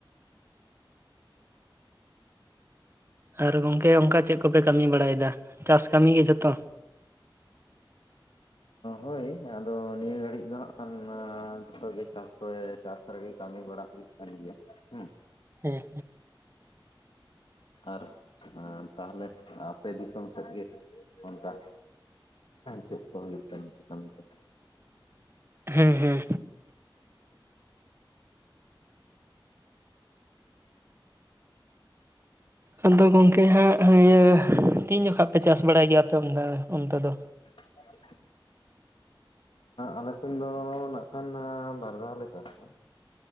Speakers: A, on the right; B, on the left.
A: ᱟᱨ ᱜᱚᱝᱠᱮ ᱚᱱᱠᱟ ᱪᱮᱫ ᱠᱚᱯᱮ ᱠᱟᱹᱢᱤ ᱵᱟᱲᱟᱭᱮᱫᱟ ᱪᱟᱥ ᱠᱟᱹᱢᱤ ᱡᱷᱚᱛᱚ
B: ᱦᱳᱭ ᱟᱫᱚ ᱱᱤᱭᱟᱹ ᱜᱷᱟᱹᱲᱤᱡ ᱫᱚ ᱦᱟᱸᱜ ᱠᱷᱟᱱ ᱡᱷᱚᱛᱚ ᱜᱮ ᱪᱟᱥ᱾ ᱡᱷᱚᱛᱚ ᱜᱮ ᱪᱟᱥ ᱨᱮᱜᱮ ᱠᱟᱹᱢᱤ ᱵᱟᱲᱟ ᱦᱩᱭᱩᱜ ᱠᱟᱱ ᱜᱮᱭᱟ ᱦᱮᱸ᱾
A: ᱦᱮᱸ
B: ᱟᱨ ᱛᱟᱦᱞᱮ ᱟᱯᱮ ᱫᱤᱥᱚᱢ ᱥᱮᱫ ᱜᱮ ᱚᱱᱠᱟ ᱪᱮᱫ ᱠᱚ ᱦᱩᱭᱩᱜ ᱠᱟᱱ ᱠᱟᱹᱢᱤ ᱫᱚ <unintelligible>
A: ᱦᱮᱸ ᱦᱮᱸ ᱟᱫᱚ ᱜᱚᱢᱠᱮ ᱦᱟᱸᱜ ᱤᱭᱟᱹ ᱛᱤᱱ ᱡᱚᱠᱷᱟ ᱯᱮ ᱪᱟᱥ ᱵᱟᱲᱟᱭ ᱜᱮᱭᱟ ᱟᱯᱮ ᱚᱱᱛᱮ ᱫᱚ᱾
B: <unintelligible> ᱟᱞᱮᱥᱮᱱ ᱫᱚ ᱱᱟᱜ ᱠᱷᱟᱱ ᱵᱟᱨ ᱫᱷᱟᱣᱞᱮ ᱪᱟᱥᱟ᱾